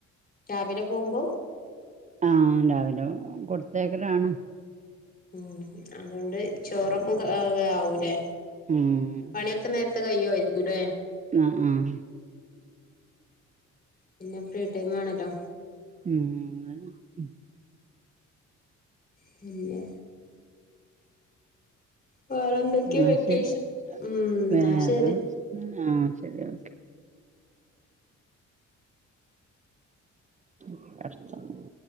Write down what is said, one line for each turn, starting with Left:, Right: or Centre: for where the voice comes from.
Left: രാവിലെ പോമ്പോ
Right: ആഹ് രാവിലെ കൊടുത്തേക്കലാണ്
Left: ഉം അതൊണ്ട് ചോറോക്കും ക ആ ആവൂലേ
Right: ഉം
Left: പണിയൊക്കെ നേരത്തെ കയിയുവായിരിക്കുല്ലേ
Right: ന്ന ആഹ്
Left: പിന്നെ ഫ്രീ ടൈമാണല്ലോ
Right: ഉം ഉം
Left: പിന്നെ വേറെ എന്തൊക്കെയ
Right: എന്നാ
Left: വെക്കേഷൻ
Right: ശരി
Left: ഉം എന്നാ
Right: വേറെ
Left: ശരി
Right: ആഹ് ശരി ഓക്കെ <unintelligible>